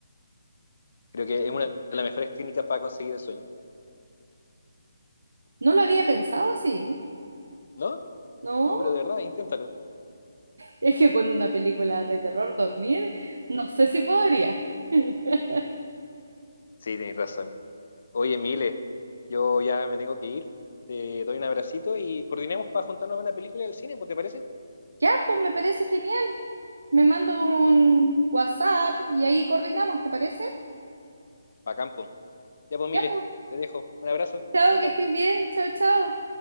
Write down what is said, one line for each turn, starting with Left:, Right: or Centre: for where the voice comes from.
Left: Creo que es una
Right: Sí.
Left: de las mejores técnicas para conseguir el sueño.
Right: No lo había pensado así,
Left: ¿No?
Right: ¿no?
Left: No, pero de verdad, inténtalo.
Right: Es que con una película de terror dormir, no sé si podría. <laughs>
Left: Sí, tenéis razón. Oye, Mile, yo ya me tengo que ir. Te doy un abracito y coordinemos para juntarnos a una película del cine, pues, ¿te parece?
Right: Ya, pues me parece genial. Me mando un WhatsApp y ahí coordinamos, ¿te parece?
Left: Pa' campo. Ya pues, Mile,
Right: Ya, pues,
Left: te dejo. Un abrazo.
Right: chao,
Left: Chau, chau.
Right: que estés bien, chao, chao.